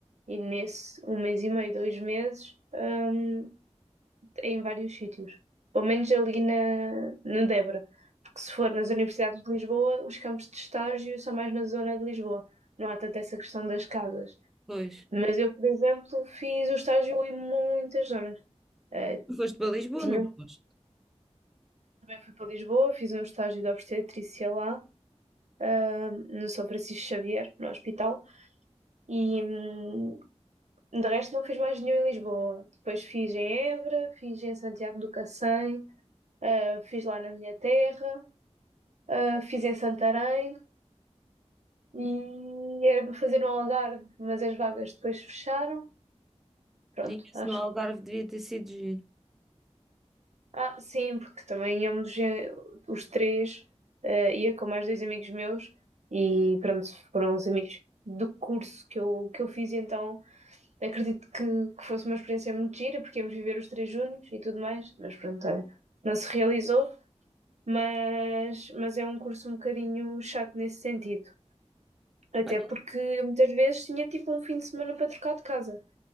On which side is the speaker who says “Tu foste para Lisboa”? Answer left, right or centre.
Centre